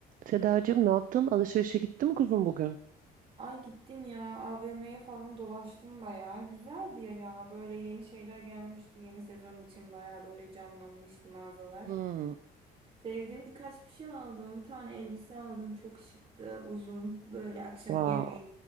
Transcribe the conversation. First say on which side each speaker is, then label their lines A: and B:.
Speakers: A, on the right; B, on the right.
A: Sedacığım ne yaptın? Alışverişe gitti mi kuzum bugün?
B: Ay gittim ya AVM'ye falan dolaştım bayağı. Güzeldi ya ya böyle yeni şeyler gelmişti. Yeni sezon için bayağı böyle canlanmıştı mağazalar.
A: Hmm.
B: Sevdiğim birkaç bir şey aldım. Bir tane elbise aldım. Çok şıktı. Uzun. Böyle akşam
A: Wow.
B: yemeği